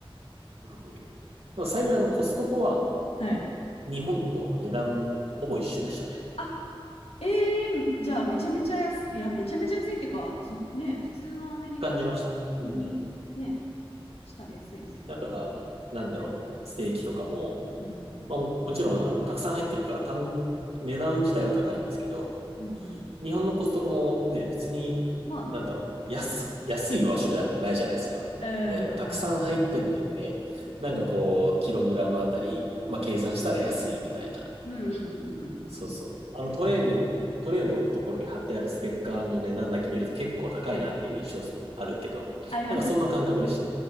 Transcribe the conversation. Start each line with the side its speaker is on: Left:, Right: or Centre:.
Right: うんでも幸いあの、コストコは、
Left: はい。
Right: 日本と値段ほぼ一緒でしたね。
Left: あ、ええじゃあ、めちゃめちゃ安い、いや、めちゃめちゃ安いっていうか、そ、ね、普通のアメリカの
Right: 感じました。
Left: 国、
Right: うん。
Left: ね、したら安いですね。
Right: だから、なんだろう、ステーキとかも、
Left: うん、うん、
Right: まあ、ももちろん、あの、たくさん入ってるから単、値段自体は高いんですけど、
Left: うん、うん。
Right: 日本のコストコもね、別に、
Left: まあ、
Right: なんだろう、
Left: そう。
Right: 安、安い場所じゃないじゃないですか。
Left: うん。うん、
Right: ね、
Left: わかりました。
Right: たくさん入ってて、
Left: うんうん。
Right: なんかこう、キログラムあたり、まあ計算したら安いみたいな。
Left: うんうんうんうん。
Right: そうそう。あのトレーの、トレーのところに貼ってあるステッカーの値段だけ見ると結構高いなっていう印象あるけど、
Left: あります、
Right: なんかそんな感覚でした。
Left: あります。